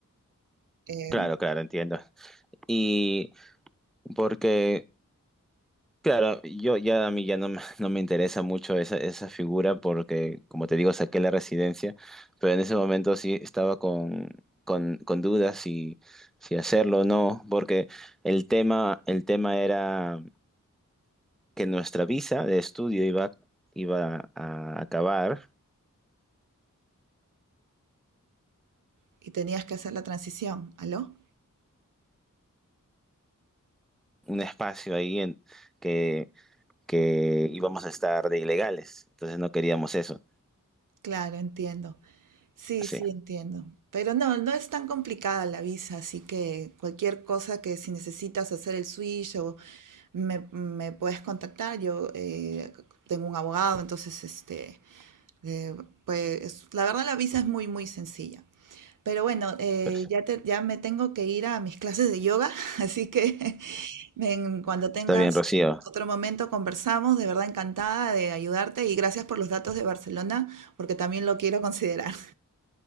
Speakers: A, on the right (about 70°); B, in the centre.
A: Eh,
B: Claro, claro, entiendo. Y porque... Claro, yo ya a mí ya no, me <laughs> no me interesa mucho esa, esa figura porque, como te digo, saqué la residencia, pero en ese momento sí estaba con, con, con dudas si, si hacerlo o no, porque el tema, el tema era que nuestra visa de estudio iba, iba a acabar
A: y tenías que hacer la transición, ¿aló?
B: un espacio ahí en que, que íbamos a estar de ilegales, entonces no queríamos eso.
A: Claro, entiendo. Sí,
B: Sí,
A: sí, entiendo. Pero no, no es tan complicada la visa, así que cualquier cosa que si necesitas hacer el switch o me, me puedes contactar, yo eh, tengo un abogado, entonces, este, eh, pues la verdad la visa es muy, muy sencilla. Pero bueno, eh,
B: pero
A: ya, te- ya me tengo que ir a mis <laughs> clases de yoga, <laughs> así que <laughs> ven, cuando tengas
B: está bien, Rocío.
A: otro momento conversamos, de verdad encantada de ayudarte y gracias por los datos de Barcelona, porque también lo quiero considerar.